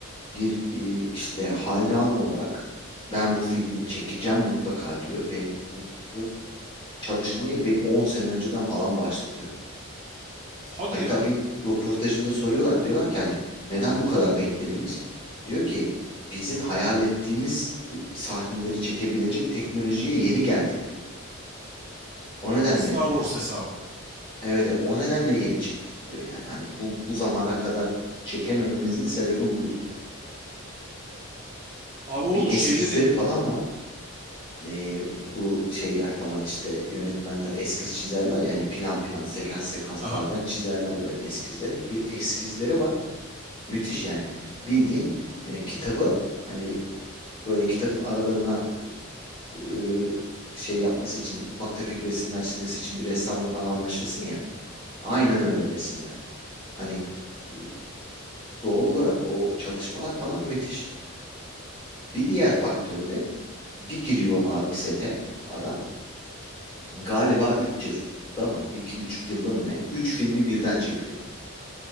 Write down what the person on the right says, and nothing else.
Hadi
ya.
Aa, Star Wars hesabı.
Abi
onun
şeyde de...
Aha.
Hı hı.